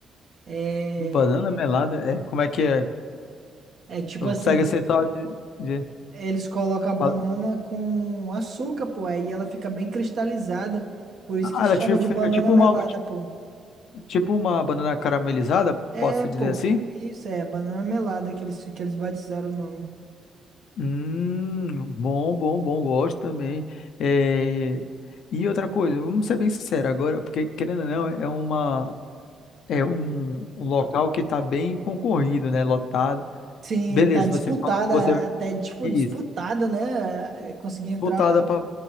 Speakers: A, on the right (about 60°); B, on the left (about 75°).
A: É,
B: banana melada, é, como é que é?
A: é tipo
B: Não
A: assim,
B: Consegue ser só de, de-
A: Eles colocam a banana
B: fala-
A: com açúcar, pô, aí ela fica bem cristalizada. Por isso
B: Ah,
A: que
B: ela
A: chama
B: tipo,
A: de
B: fica
A: banana
B: tipo
A: melada,
B: uma,
A: pô.
B: tipo uma banana caramelizada,
A: É,
B: posso
A: pô,
B: dizer assim?
A: p- isso é banana melada que eles, que eles batizaram o nome.
B: Hum, bom, bom, bom, gosto também. É, E outra coisa, vamos ser bem sinceros agora, porque querendo ou não,
A: Ah.
B: é uma é um, um local que está bem concorrido, né? Lotado.
A: Sim,
B: Beleza,
A: tá disputada,
B: você me falou que você
A: até tipo
B: isso
A: disputada, né? É, Consegui entrar
B: voltada
A: lá.
B: para